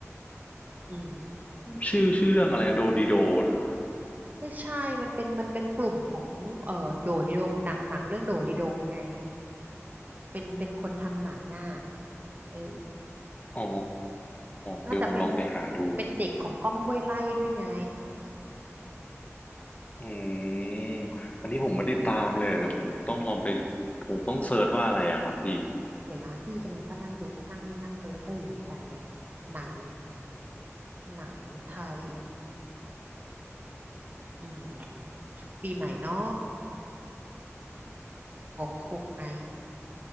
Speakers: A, on the right; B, on the left.
A: อืม
B: ชื่อชื่อเรื่องอะไรนะโดดีโดเหรอ
A: ไม่ใช่มันเป็นมันเป็นกลุ่มของเออโดดิโดงหนังหนังเรื่องโดดิโดงไงเป็นเป็นคนทำหนังอ่ะเออ
B: อ๋อ
A: น่าจะเป็น
B: เดี๋ยวผมลองไปหาดู
A: เป็นเด็กของก้องห้วยไร่ด้วยไง
B: อืมอันนี้ผมไม่ได้ตามเลยอะแต่ผมต้องลองไปผมต้องเซิร์ชว่าอะไรอะครับพี่
A: เดี๋ยวนะพี่กำลังก็นั่งดูนั่งนั่งเซิร์ชให้อยู่เหมือนกันไงหนังหนังไทยอืมปีไหนเนาะ หกหกไหม